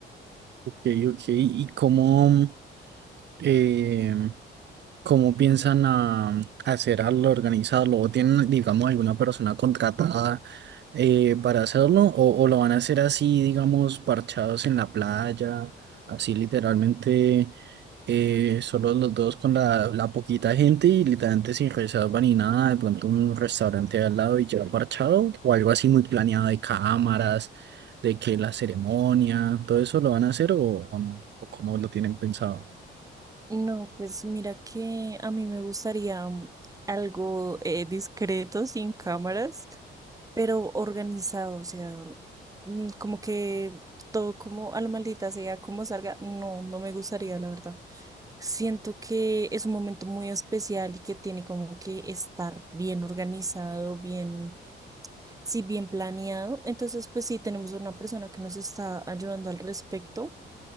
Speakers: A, on the right (about 60°); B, on the right (about 15°).
A: Ok, ok. ¿Y cómo, em, ¿Cómo piensan a, a hacer al organizarlo? ¿O tienen, digamos, alguna persona contratada eh, para hacerlo? ¿O, o lo van a hacer así, digamos, parchados en la playa? Así literalmente, eh, solo los dos con la, la poquita gente y literalmente sin reserva ni nada, de pronto un restaurante al lado y ya parchado, o algo así muy planeado de cámaras, de que la ceremonia, todo eso lo van a hacer o, o no, o cómo lo tienen pensado.
B: No, pues mira que a mí me gustaría mm, algo eh, discreto, sin cámaras, pero organizado, o sea, mm, como que todo como a la maldita sea, como salga, no, no me gustaría, la verdad. Siento que es un momento muy especial y que tiene como que estar bien organizado, bien, sí, bien planeado. Entonces, pues sí, tenemos una persona que nos está ayudando al respecto